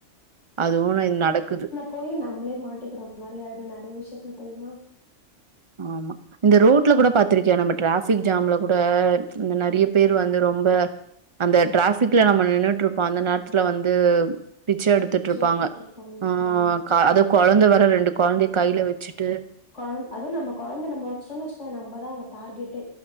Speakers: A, on the right (about 25°); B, on the left (about 80°).
A: அதுவு இ நடக்குது
B: போயி நம்மளே மாட்டிக்கிற மாரி ஆயிடு நெறைய விஷயத்துல தெரிமா
A: ஆமா இந்த ரோட்ல கூட பாத்திருக்கியா நம்ம டிராபிக் ஜாம்ல கூட இந்த நெறைய பேர் வந்து ரொம்ப அந்த டிராபிக்ல நம்ம நின்னுட்ருப்போ அந்த நேரத்துல வந்து பிச்ச எடுத்துட்ருப்பாங்க
B: எடுத்துட்டு இருப்பாங்க இப்ப
A: ஆ
B: ஆமா
A: க அது கொழந்த வேற ரெண்டு கொழந்தய கைய்ல வெச்சிட்டு
B: கொழ அது நம்ம கொழந்த நம்ம வெச்சிடோனு வெச்சிக்கோ நம்மதா அவுங்க டார்கெட்டே